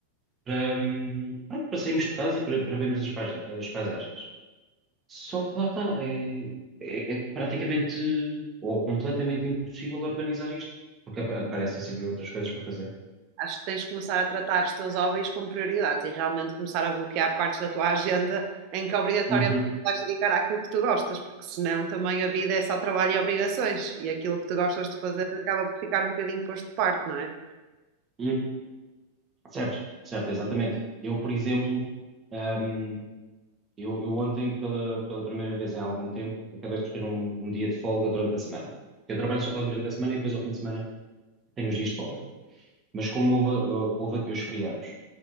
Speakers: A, on the right; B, on the right.
A: para, hum, pronto, para sairmos de casa e para, para vermos as, paisa- as paisagens. Só que lá está, é, é- é praticamente ou completamente impossível organizar isto, porque apa- aparecem sempre outras coisas para fazer.
B: acho que tens de começar a tratar os teus hobbies como prioridades e realmente começar a bloquear partes da tua agenda em que obrigatoriamente
A: Uhum.
B: vais dedicar àquilo que tu gostas, porque senão também a vida é só trabalho e obrigações e aquilo que tu gostas de fazer acaba por ficar um bocadinho posto de parte, não é?
A: Hum, Certo, certo, exatamente. Eu, por exemplo, hum, Eu, eu ontem, pela, pela primeira vez em algum tempo, acabei por ter um, um dia de folga durante a semana. Eu trabalho só durante a semana e depois ao fim de semana tenho os dias de folga. Mas como houve, uh, houve aqui os feriados,